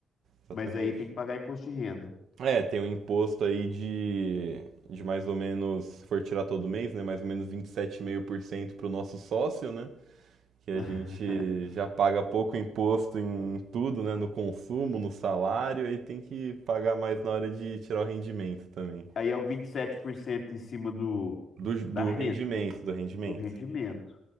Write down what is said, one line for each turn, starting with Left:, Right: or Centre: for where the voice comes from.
Right: exatamente.
Left: Mas aí tem que pagar imposto de renda.
Right: É, tem um imposto aí de, de mais ou menos, se for tirar todo mês, né? Mais ou menos vinte e sete vírgula cinco por cento para o nosso sócio, né? Que
Left: <laughs>
Right: a gente já paga pouco imposto em tudo, né? No consumo, no salário, aí tem que pagar mais na hora de tirar o rendimento também.
Left: Aí é o 27% em cima do,
Right: Do, do
Left: da renda,
Right: rendimento,
Left: do,
Right: do rendimento.
Left: do rendimento.